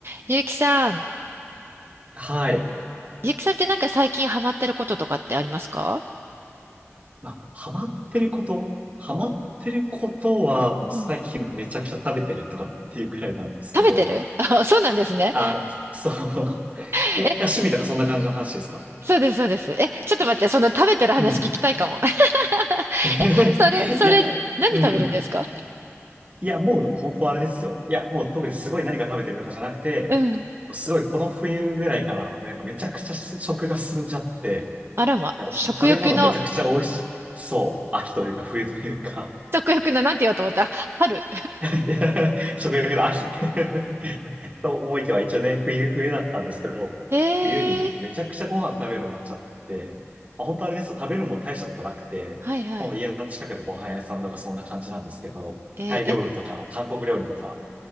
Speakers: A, on the right; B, on the right.
A: ゆうきさん、
B: はい。
A: ゆうきさんってなんか最近ハマってることとかってありますか
B: まあ、ハマってること、ハマってることは、最近めちゃくちゃ食べてるとかっていうくらいなんですけど、
A: うん、食べてる <laughs> あ、そうなんですね。
B: あ、そう。<laughs>
A: え、
B: え、趣味とかそんな感じの話ですか
A: そうです、そうです。え、ちょっと待って、その食べてる話聞きたいかも。
B: うん。
A: <laughs>
B: <laughs>
A: え、それ、それ、
B: いや、
A: 何食べるんですか
B: うん。いや、もうでも本当あれですよ。いや、もう特にすごい何か食べてるとかじゃなくて、
A: うん。
B: こうすごいこの冬ぐらいから、なんかめちゃくちゃ食が進んじゃって、
A: あらま、
B: なんかもう食べ物めちゃくちゃ美味しそう。
A: 食欲の、
B: 秋というか冬というか
A: 食欲の、なんて言おうと思った。あ春。
B: <laughs> 食欲の秋 <laughs> と思いきや、一応ね、冬、冬だったんですけど、
A: <laughs> えー、
B: 冬にめちゃくちゃご飯食べるようになっちゃって、まあ、本当あれですよ、食べるのも大したことなくて、
A: はいはい。
B: もう家の近くでご飯屋さんとかそんな感じなんですけど、
A: えー、
B: タイ料理とか、韓国料理とか、